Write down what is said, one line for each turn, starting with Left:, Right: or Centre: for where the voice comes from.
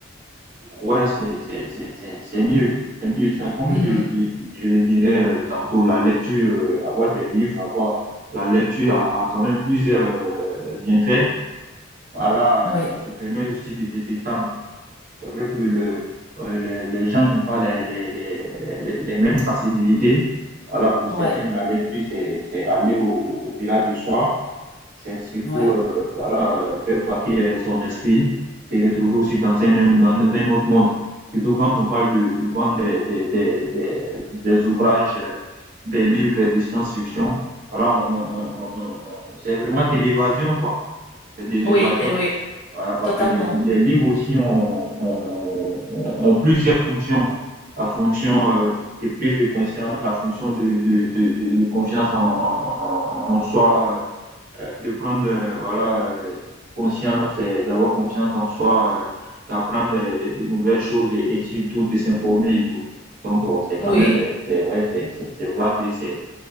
Right: Ouais, c'est c'est- c'est- c'est- c'est mieux. C'est mieux. C'est comme
Left: Mhm.
Right: je, je- je le disais euh, tantôt, la lecture, euh, avoir des livres, avoir la lecture a, a quand même plusieurs euh, bienfaits. Voilà,
Left: Oui,
Right: euh, ça te permet aussi de te détendre. C'est vrai que le, euh, les, les gens n'ont pas les, les, les, les, les- les mêmes sensibilités. Voilà, pour
Left: ouais,
Right: certains, la lecture, c'est c'est aller au, au- au-delà du soi. C'est surtout,
Left: ouais.
Right: euh, voilà, euh, faire vaquer son esprit, se retrouver aussi dans un, dans un autre monde. Surtout quand on parle de, je pense, des, des, des, des, des ouvrages, euh, des livres de science-fiction. Voilà, on, on- on- on- c'est vraiment de l'évasion, quoi. C'est de l'évasion.
Left: Oui, et oui,
Right: Voilà, parce
Left: totalement.
Right: que les, les livres aussi ont, ont- ont plusieurs fonctions. La fonction euh, de prise de conscience, la fonction de, de, de, de- de confiance en, en, en en soi, euh, de prendre euh, voilà, euh, conscience, et d'avoir confiance en soi, euh, d'apprendre euh, de nouvelles choses et, et surtout de s'informer et tout. Donc, euh, c'est quand
Left: Oui,
Right: même, euh, c'est vrai, c'est c'est- c'est vague et c'est